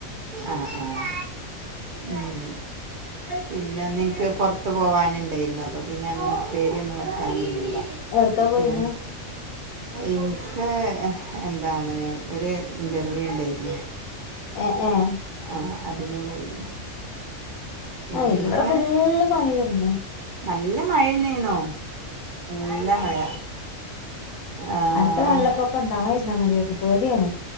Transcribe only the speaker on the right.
ആഹ് ആഹ്. ഉം പിന്നെന്ന് ഇൻക് പുറത്ത് പോവാന് ണ്ടെയിരുന്നു അപ്പോ പിന്നെ അങ്ങന ഇപ്പേരിയൊന്നും വക്കാ നിന്നീല.
പിന്നന്ത്‌ ഇൻക്ക് എന്താണ് ഒരു ഇന്റർവ്യൂ ഇണ്ടായിര്ന്നു
ആഹ് അതിന് പോയി
പിന്നെ
അങ്ങനെ
നല്ല മഴ തന്നെ ആയിനു നല്ല മഴ ആഹ്